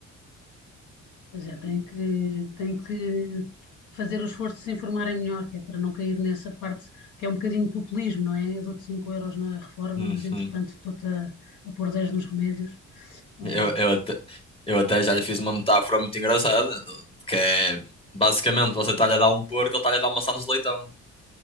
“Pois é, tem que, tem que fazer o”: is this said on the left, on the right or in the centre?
Left